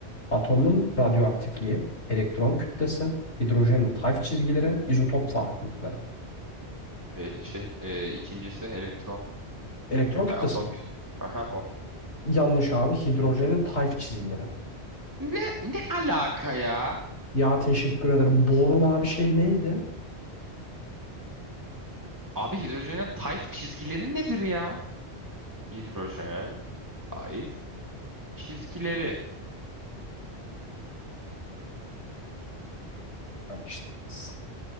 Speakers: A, on the left; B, on the right.
A: Atomun radyoaktifliği, elektron kütlesi, hidrojenin tayf çizgileri, izotop farklılıkları.
B: He- Şey, e, ikincisi elektron,
A: Elektron kütlesi
B: ay, atom.
A: mi?
B: kü- Aha o.
A: Yanlış abi. Hidrojenin tayf çizgileri.
B: Ne, ne alaka ya?
A: Ya teşekkür ederim. Borun abi şey neydi?
B: Abi hidrojenin tayf çizgileri nedir ya? Hidrojen, tayf, çizgileri.
A: Araştırırız.